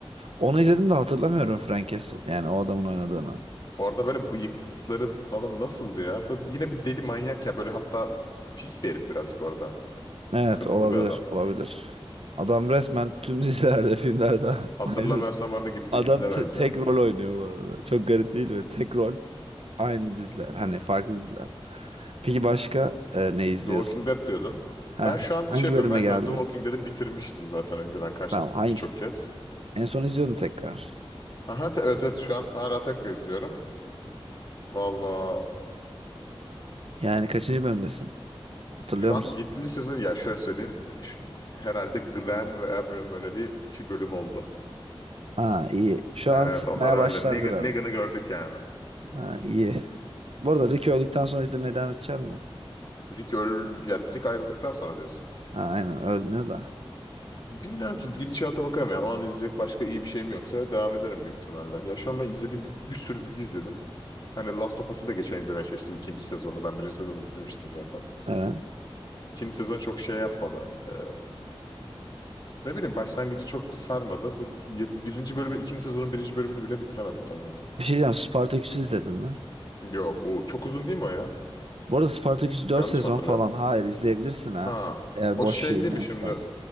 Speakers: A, on the right; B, on the left.
A: Onu izledim de hatırlamıyorum Frank Castle yani o adamın oynadığını.
B: Orada böyle bıyıkları falan nasıldı ya? Böyle yine bir deli manyak ya. Böyle hatta pis bir herif birazcık orada.
A: Evet
B: Sıkıntılı
A: olabilir
B: bir adam.
A: olabilir. Adam resmen tüm dizilerde <laughs> filmlerde
B: Hatırlamıyorsam
A: aynı.
B: orada git
A: Adam
B: bir izle
A: te-
B: bence.
A: tek rol oynuyor bu arada. Çok garip değil mi? Tek rol aynı diziler. Hani farklı diziler. Peki başka e, ne izliyorsun?
B: The Walking Dead diyordun.
A: Heh,
B: Ben şu an
A: hangi
B: şey yapıyorum.
A: bölüme
B: Ben
A: geldin?
B: şu an The Walking Dead'i bitirmiştim zaten önceden kaç
A: Tamam hangi
B: birçok kez.
A: en son izliyordun tekrar.
B: Aha te- evet evet şu an hala tekrar izliyorum. Valla
A: Yani kaçıncı bölümdesin? Hatırlıyor
B: Şu an
A: musun?
B: 7. sezon ya şöyle söyleyeyim şu- herhalde Glenn ve Abraham öleli 2 bölüm oldu.
A: Ha iyi. Şu
B: Ha,
A: an
B: evet
A: sıkmaya
B: onlar öyle.
A: başlar
B: Negan-
A: biraz.
B: Negan'ı gördük yani.
A: Ha iyi. Bu arada Rick öldükten sonra izlemeye devam edecek mi?
B: Rick öl ya Rick ayrıldıktan sonra diyorsun.
A: Ha aynen ölmüyor da.
B: Bilmiyorum ki gidişata bakarım ya. O an izleyecek başka iyi bir şeyim yoksa devam ederim büyük ihtimalle. Ya şu an ben izlediğim bir, bir sürü dizi izledim. Hani Last of Us'ı da geçen izlemeye çalıştım ikinci sezonu. Ben birinci sezonu bitirmiştim zaten.
A: Ee,
B: İkinci sezon çok şey yapmadı. Ee, ne bileyim başlangıcı çok sarmadı. Bu- ya Birinci bölümü, ikinci sezonun birinci bölümünü bile bitiremedim tamamen.
A: bir şey diyeceğim Spartaküs'ü izledin mi?
B: Yok o çok uzun değil mi o ya?
A: Bu arada Spartaküs 4
B: Yanlış
A: sezon
B: mı hatırlıyorum?
A: falan. Hayır izleyebilirsin ha.
B: Ha
A: Eğer
B: o
A: boş
B: şey
A: şeyin
B: değil
A: varsa.
B: mi şimdi